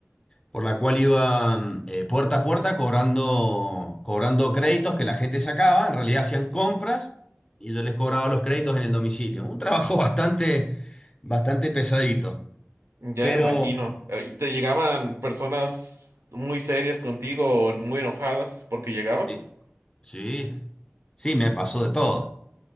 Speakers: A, on the left (about 20°); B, on the right (about 75°).
A: por la cual iba mm, eh, puerta a puerta cobrando, cobrando créditos que la gente sacaba. En realidad hacían compras y yo les cobraba los créditos en el domicilio. Un trabajo <laughs> bastante, bastante pesadito.
B: Ya
A: Pero
B: me imagino. Eh, ¿Y te llegaban personas muy serias contigo, o muy enojadas porque llegabas?
A: sí, sí, sí, me pasó de todo.